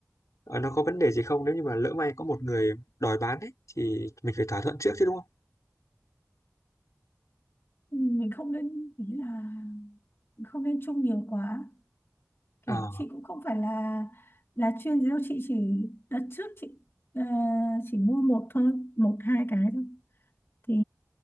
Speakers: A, on the left (about 75°); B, on the left (about 45°).
A: Ờ, nó có vấn đề gì không nếu như mà lỡ may có một người đòi bán ấy thì mình phải thỏa thuận trước chứ đúng không?
B: Ừ, mình không nên ý là mình không nên chung nhiều quá kiểu
A: Ờ
B: chị cũng không phải là là chuyên gì đâu chị chỉ đặt trước chị à, chỉ mua một thôi một hai cái thôi thì